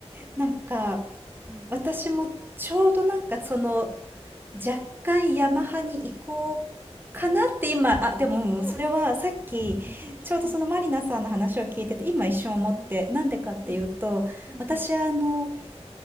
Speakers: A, on the right; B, in the centre.
A: なんか、
B: はい。
A: 私もちょうどなんかその、若干ヤマハに移行かなって今、
B: お、
A: あ、でも、
B: お、
A: うんそれはさっき、
B: <laughs> はい、
A: ちょうどそのマリナさんの話を聞いてて、
B: はい
A: 今一瞬思って、
B: うん、
A: なんでかっていうと、
B: うん、うん、
A: 私あの、